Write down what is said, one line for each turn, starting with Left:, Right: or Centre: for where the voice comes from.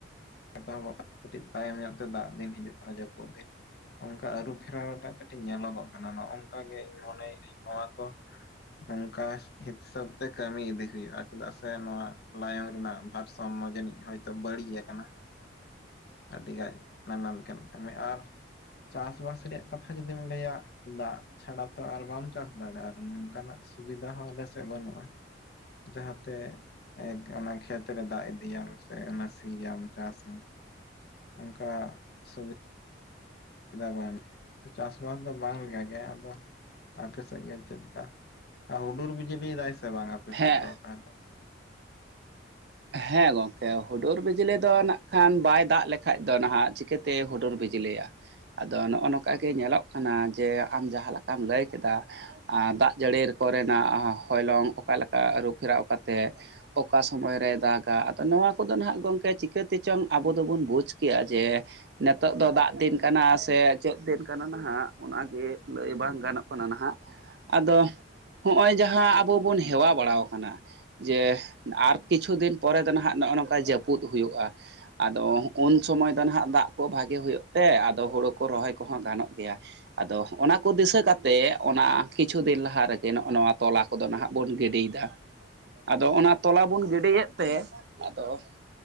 Left: ᱮᱛᱚᱦᱚᱵ ᱠᱟᱹᱴᱤᱡ ᱛᱟᱭᱚᱢ ᱧᱚᱜ ᱛᱮ ᱫᱟᱜ ᱫᱤᱱ ᱦᱤᱡᱩᱜ ᱠᱟᱱᱟ ᱡᱟᱹᱯᱩᱫ ᱫᱤᱱ ᱚᱱᱠᱟ ᱟᱹᱨᱩ ᱯᱷᱮᱨᱟᱣ ᱴᱟᱜ ᱠᱟ ᱴᱤᱡ ᱧᱮᱞᱚᱜᱚᱜ ᱠᱟᱱᱟ ᱱᱚᱜᱼᱚ ᱱᱚᱝᱠᱟ ᱜᱮ ᱤᱧ ᱢᱚᱱᱮᱭᱮᱫᱤᱧ ᱱᱚᱣᱟ ᱠᱚ ᱱᱚᱝᱠᱟ ᱦᱤᱥᱟᱹᱵ ᱛᱮ ᱠᱟᱹᱢᱤ ᱤᱫᱤ ᱦᱩᱭᱩᱜᱼᱟ ᱪᱮᱫᱟᱜ ᱥᱮ ᱱᱚᱣᱟ ᱞᱟᱭᱚᱝ ᱨᱮᱱᱟᱜ ᱵᱷᱟᱨ ᱥᱟᱢᱢᱚ ᱡᱟᱹᱱᱤᱡ ᱦᱳᱭᱛᱳ ᱵᱟᱹᱲᱤᱡ ᱟᱠᱟᱱᱟ ᱟᱹᱰᱤᱜᱟᱡ ᱱᱟᱱᱟ ᱞᱮᱠᱟᱱ ᱠᱟᱹᱢᱤ ᱟᱨ ᱪᱟᱥᱵᱟᱥ ᱨᱮᱭᱟᱜ ᱠᱟᱛᱷᱟ ᱡᱩᱫᱤᱢ ᱞᱟᱹᱭᱟ ᱫᱟᱜ ᱪᱷᱟᱲᱟ ᱛᱚ ᱟᱨ ᱵᱟᱢ ᱪᱟᱥ ᱫᱟᱲᱮᱭᱟᱜᱼᱟ ᱟᱨ ᱱᱚᱝᱠᱟᱱᱟᱜ ᱥᱩᱵᱤᱫᱟ ᱦᱚᱸ ᱟᱞᱮᱥᱮᱫ ᱵᱟᱹᱱᱩᱜᱼᱟ ᱡᱟᱦᱟᱸ ᱛᱮ ᱚᱱᱟ ᱠᱷᱮᱛᱨᱮ ᱫᱟᱜ ᱤᱫᱤᱭᱟᱢ ᱥᱮ ᱥᱤᱭᱟᱢ ᱪᱟᱥ ᱚᱱᱠᱟ ᱥᱩᱵᱤ ᱫᱟ ᱵᱟᱝ, ᱪᱟᱥᱵᱟᱥ ᱫᱚ ᱵᱟᱝ ᱞᱮᱠᱟ ᱜᱮ, ᱟᱫᱚ ᱟᱯᱮ ᱥᱮᱫᱜᱮ ᱪᱮᱫ ᱞᱮᱠᱟ ᱟᱨ ᱦᱩᱰᱩᱨ ᱵᱤᱡᱽᱞᱤ ᱫᱟᱭ ᱥᱮ ᱵᱟᱝ ᱟᱯᱮ
Right: ᱦᱮᱸ
Left: ᱥᱮᱫ ᱫᱚ ᱛᱟᱦᱚᱞᱮ
Right: ᱦᱮᱸ ᱜᱚᱝᱠᱮ ᱦᱩᱰᱩᱨ ᱵᱤᱡᱽᱞᱤ ᱫᱚ ᱱᱟᱜ ᱠᱷᱟᱱ ᱵᱟᱭ ᱫᱟᱜ ᱞᱮᱠᱷᱟᱡ ᱫᱚ ᱱᱟᱦᱟᱜ ᱪᱤᱠᱟᱹᱛᱮ ᱦᱩᱰᱩᱨ ᱵᱤᱡᱽᱞᱤᱭᱟ ᱟᱫᱚ ᱱᱚᱜᱼᱚ ᱱᱚᱝᱠᱟ ᱜᱮ ᱧᱮᱞᱚᱜ ᱠᱟᱱᱟ ᱡᱮ ᱟᱢ ᱡᱟᱦᱟᱸ ᱞᱮᱠᱟᱢ ᱞᱟᱹᱭ ᱠᱮᱫᱟ ᱫᱟᱜ ᱡᱟᱹᱲᱤ ᱠᱚᱨᱮᱱᱟᱜ ᱦᱚᱭᱞᱚᱝ ᱚᱠᱟ ᱞᱮᱠᱟ ᱟᱹᱨᱩᱯᱷᱮᱨᱟᱣ ᱠᱟᱛᱮᱫ ᱚᱠᱟ ᱥᱚᱢᱚᱭ ᱨᱮ ᱫᱟᱜᱟ ᱟᱫᱚ ᱱᱚᱣᱟ ᱠᱚᱫᱚ ᱱᱟᱦᱟᱜ ᱜᱚᱝᱠᱮ ᱪᱤᱠᱟᱹᱛᱮ ᱪᱚᱝ ᱟᱵᱚ ᱫᱚᱵᱚᱱ ᱵᱩᱡᱽ ᱠᱮᱜ-ᱟ ᱡᱮ ᱱᱤᱛᱚᱜ ᱫᱚ ᱫᱟᱜ ᱫᱤᱱ ᱠᱟᱱᱟ ᱥᱮ ᱪᱮᱫ ᱫᱤᱱ ᱠᱟᱱᱟ ᱱᱟᱦᱟᱜ ᱚᱱᱟᱜᱮ ᱞᱟᱹᱭ ᱵᱟᱝ ᱜᱟᱱᱚᱜ ᱠᱟᱱᱟ ᱱᱟᱦᱟᱜ ᱾ ᱟᱫᱚ ᱦᱚᱸᱜ-ᱚᱭ ᱡᱟᱦᱟᱸ ᱟᱵᱚ ᱵᱚᱱ ᱦᱮᱣᱟ ᱵᱟᱲᱟ ᱠᱟᱱᱟ ᱡᱮ ᱟᱨ ᱠᱤᱪᱷᱩ ᱫᱤᱱ ᱯᱚᱨᱮ ᱫᱚ ᱱᱟᱦᱟᱜ ᱱᱚᱜᱼᱚ ᱱᱚᱝᱠᱟ ᱡᱟᱹᱯᱩᱫ ᱦᱩᱭᱩᱜᱼᱟ᱾ ᱟᱫᱚ ᱩᱱ ᱥᱚᱢᱚᱭ ᱫᱚ ᱱᱟᱦᱟᱜ ᱫᱟᱜ ᱠᱚ ᱵᱷᱟᱜᱮ ᱦᱩᱭᱩᱜ ᱛᱮ ᱟᱫᱚ ᱦᱩᱲᱩ ᱠᱚ ᱨᱚᱦᱚᱭ ᱠᱚᱦᱚᱸ ᱜᱟᱱᱚᱜ ᱜᱮᱭᱟ᱾ ᱟᱫᱚ ᱚᱱᱟ ᱠᱚ ᱫᱤᱥᱟᱹ ᱠᱟᱛᱮ ᱚᱱᱟ ᱠᱤᱪᱷᱩ ᱫᱤᱱ ᱞᱟᱦᱟ ᱨᱮᱜᱮ ᱱᱚᱜᱼᱚ ᱱᱚᱣᱟ ᱛᱚᱞᱟ ᱠᱚᱫᱚ ᱱᱟᱦᱟᱜ ᱵᱚᱱ ᱜᱤᱰᱤᱭᱮᱫᱟ, ᱟᱫᱚ ᱚᱱᱟ ᱛᱚᱞᱟ ᱵᱚᱱ ᱜᱤᱰᱤᱭᱮᱫ ᱛᱮ ᱟᱫᱚ